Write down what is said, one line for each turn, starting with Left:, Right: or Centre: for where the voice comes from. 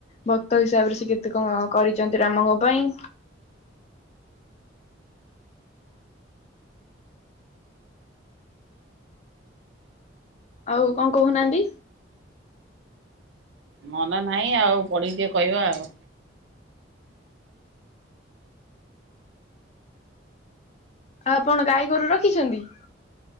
Left: ଭକ୍ତ ହିସାବରେ ସେ କେତେ କଣ କରିଚନ୍ତି ରାମଙ୍କ ପାଇଁ। ଆଉ କଁ କୋହୁନାହାନ୍ତି?
Right: ମନେ ନାହିଁ ଆଉ ପଢିକି ଟିକେ କହିବା ଆଉ।
Left: ଆଉ ଆପଣ ଗାଈ ଗୋରୁ ରଖିଛନ୍ତି?